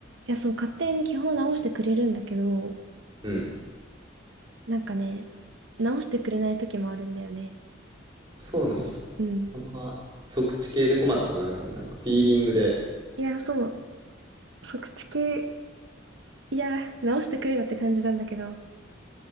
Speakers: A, on the right; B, on the right.
A: や、そう、勝手に基本直してくれるんだけど、
B: うん
A: なんかね、直してくれない時もあるんだよね。
B: そうなんや
A: うん。
B: あんま測地系で困ったことなかったなんかフィーリングで
A: いや、そう、測知系、いや、直してくれよって感じなんだけど、